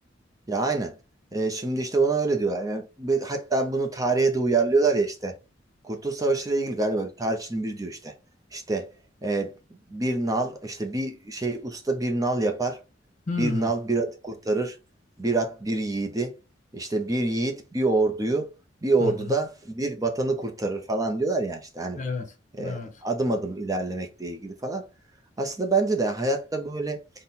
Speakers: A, on the right (about 20°); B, on the left (about 40°).
A: Ya aynen. Ee, şimdi işte ona öyle diyorlar. Yani bir- hatta bunu tarihe de uyarlıyorlar ya işte. Kurtuluş Savaşı ile ilgili galiba bir tarihçinin biri diyor işte. İşte e, bir nal işte bir şey usta bir nal yapar.
B: Hmm.
A: Bir nal bir atı kurtarır. Bir at bir yiğidi. İşte bir yiğit bir orduyu bir ordu
B: Hı hı.
A: da bir vatanı kurtarır falan diyorlar ya işte hani
B: Evet,
A: e,
B: evet.
A: adım adım ilerlemekle ilgili falan. Aslında bence de hayatta böyle